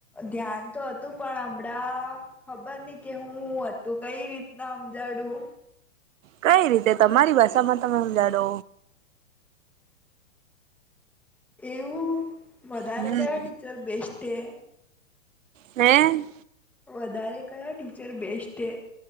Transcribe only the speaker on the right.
કઈ રીતે તમારી ભાષામાં તમે હમજાડો
હમ
હે